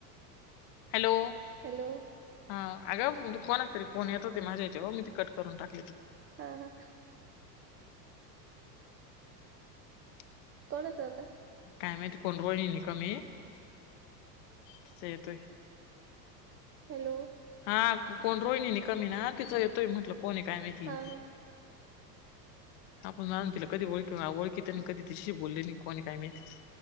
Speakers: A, on the left; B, on the right.
A: हॅलो!
B: हॅलो!
A: हा अग तू कोणाचा तरी फोन येत होते माझ्या इथे मी ती कट करून टाकले.
B: हा हा
A: <unintelligible>
B: कोणाचा होता?
A: काय माहिती कोणी रोहिणी कम हे तिचा येतोय.
B: हॅलो.
A: हा कोण रोहिणी निकम आहे ना तिचां येतोय म्हटलं कोणी काय माहिती.
B: हा हा
A: हा पण जाण तला कधी ओळखी ओळखी त्यांनी कधी तिच्याशी बोलले नाही कोणी काही माहिती.